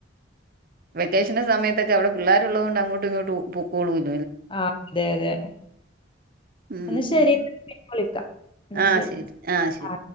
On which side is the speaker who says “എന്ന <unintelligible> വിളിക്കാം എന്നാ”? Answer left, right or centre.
Left